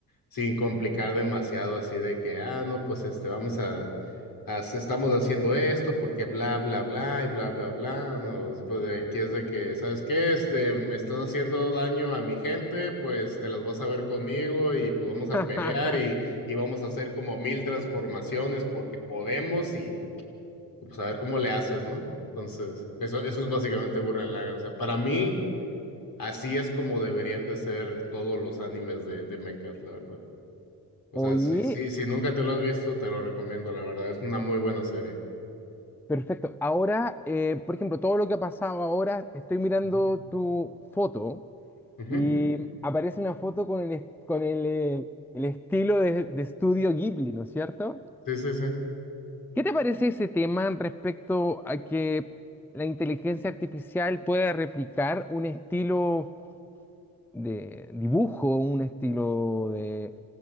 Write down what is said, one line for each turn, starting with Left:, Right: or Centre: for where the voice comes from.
Left: sin complicar demasiado así de que, ah, no, pues este, vamos a, a- estamos haciendo esto porque bla, bla, bla y bla, bla, bla, no, o sea, pues de aquí es de que, ¿sabes qué? Este, me estás haciendo daño a mi gente, pues te las vas a ver conmigo y pues vamos a
Centre: <laughs>
Left: pelear y, y vamos a hacer como mil transformaciones porque podemos y pues a ver cómo le haces, ¿no? Entonces, eso, eso es básicamente Gurren Lagann. O sea, para mí, Así es como deberían de ser todos los animes de, de mechas, la verdad. O
Centre: Oye,
Left: sea, si, si, si nunca te lo has visto, te lo recomiendo, la verdad. Es una muy buena serie.
Centre: perfecto. Ahora, eh, por ejemplo, todo lo que ha pasado ahora, estoy mirando
Left: Ujú.
Centre: tu foto.
Left: Ujú.
Centre: Y aparece una foto con el, es- con el, eh, el estilo de, de estudio Ghibli, ¿no es cierto?
Left: Sí, sí, sí.
Centre: ¿Qué te parece ese tema respecto a que la inteligencia artificial pueda replicar un estilo de dibujo, un estilo de,